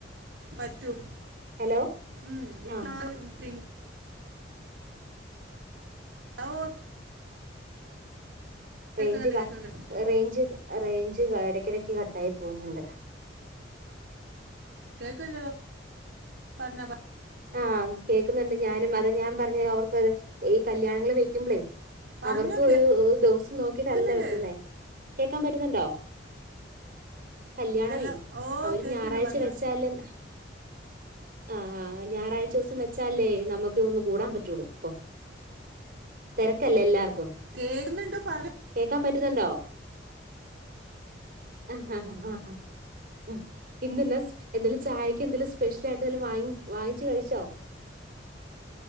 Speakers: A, on the right (about 80°); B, on the right (about 50°).
A: പറ്റും
B: ഹലോ
A: ഉം
B: ആഹ്
A: <unintelligible> <unintelligible>
B: റേഞ്ച്
A: കേക്കുന്നുണ്ട്
B: ല്ലാ
A: കേക്കുന്നുണ്ട്
B: റേഞ്ച് റേഞ്ച് എടക്കടക്ക് കട്ടായി പോകുന്നുണ്ട്
A: കേക്ക്ണ്ട് പർഞ്ഞോ പർ
B: ആഹ് കേക്കുന്നുണ്ട് ഞാനും അത ഞാൻ പർഞ്ഞ അവർക്ക്ത് ഈ കല്യാണങ്ങൾ വെക്കുമ്പളേ
A: പറഞ്ഞോ
B: അവർക്കും ഒരു ദിവസം നോക്കിട്ടല്ലേ
A: കേൾക്കുന്നുണ്ട്
B: വെക്കുന്നേ കേക്കാൻ പറ്റുന്നുണ്ടോ കല്യാണമേ
A: ഹലോ ഓ
B: അവര്
A: കേൾക്കുന്നുണ്ട്
B: ഞായറാഴ്ച
A: പറഞ്ഞോ
B: വെച്ചാല് ആഹ് ആഹ് ഞാറഴ്ച ദിവസം വച്ചാലേ നമുക്ക് ഒന്ന് കൂടാൻ പറ്റൊള്ളൂ ഇപ്പൊ തെരക്കല്ലേ എല്ലാർക്കും
A: കേക്കുന്നുണ്ട് പറഞ്ഞോ
B: കേക്കാൻ പറ്റുന്നുണ്ടോ <unintelligible> ഉം ഇന്നന്നസ് എന്തെലും ചായക്ക് എന്തെലും സ്പെഷ്യലായിട്ട് എന്തെലും വാങ്ങി വാങ്ങിച്ച് കഴിച്ചോ